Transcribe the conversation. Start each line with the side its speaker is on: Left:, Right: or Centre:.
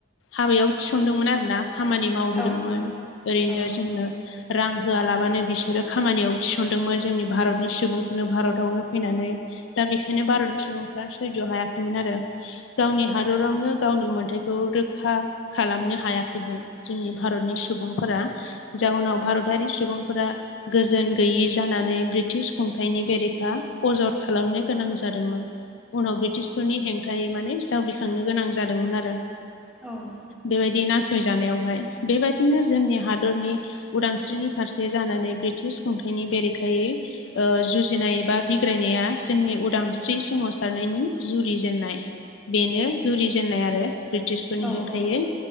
Left: हाबायाव थिसनदोंमोन आरोना खामानि मावबोदोंमोन
Centre: औ
Left: ओरैनो
Centre: औ
Left: जोंनो। रां होआलाबानो बिसोरो खामानियाव थिसनदोंमोन। जोंनि भारतनि सुबुंखौनो भारतावनो फैनानै दा बेखायनो भारतनि सुबुंफ सैज' हायाखैमोन आरो गावनि हादरावनो गावनि मोनथाय। खौ रोखा खालामनो हायाखैमोन जोंनि भारतनि सुबुंफोरा। जाउनाव भारतारि सुबुंफोरा गोजोन गैयि जानानै ब्रिटिश खुंथाइनि बेरेखा अजद खालामनो गोनां जादोंमोन। उनाव ब्रिटिशफोरनि हेंथायै माने जावग्रिखांनो गोनां जादोंमोन आरो
Centre: औ
Left: बेबायदि नासयजानायावहाय बेबायदिनो जोंनि हादरनि उदांस्रिनि फारसे जानानै ब्रिटिश खुंथाइनि बेरेखायै जुजिनाय एबा बिग्रायनाया जोंनि उदांस्रि सोमावसारनायनि जुरिजेननाय बेनो जुरिजेननाय आरो ब्रिटिशफोरनि
Centre: औ
Left: हेंथायै